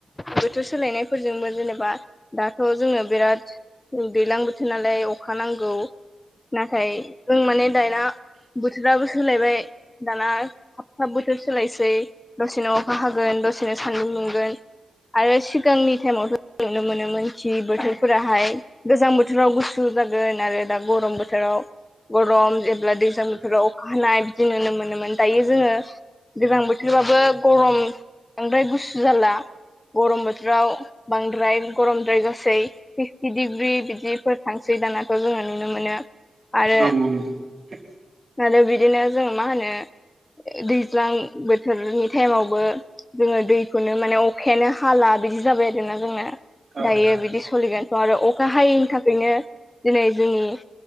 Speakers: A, on the left; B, on the right.
A: बोथोर सोलायनायफोरजोंबो जेनेबा दाथ' जोङो बिराद दैलां बोथोर नालाय। अखा नांगौ नाथाय जों माने दया बोथोराबो सोलायबाय। दाना थाब थाब बोथोर सोलायसै दसेनो अखा हागोन दसेनो सान्दुं दुंगोन। आरो सिगांनि टाइमावथ' नुनो मोनोमोन थि बोथोरफोराहाय। गोजां बोथोराव गुसु जागोन आरो दा गरम बोथोराव गरम जेब्ला दैज्लां बोथोराव। नाय बिदि नुनो मोनोमोन दायो जोङो। गोजां बोथोरबाबो गरम बांद्राय गुसु जाला। गरम बोथोराव बांद्राय गरमद्राय गासै फिफटि डिग्रि बिदिफोर। थांस्रि दानाखौ जोङो नुनो मोनो आरो।
B: औ नोंथां
A: आरो बिदिनो जों मा होनो दैज्लां बो थोरनि टाइमावबो जोङो दैखौनो माने अखायानो हा- हाला बिदि जाबाय आरोना जोंना
B: औ
A: दायो
B: नोंथां
A: बिदि सलिगोनथ' आरो अखा हायैनि थाखाय। बेदिनो दिनै जोंनि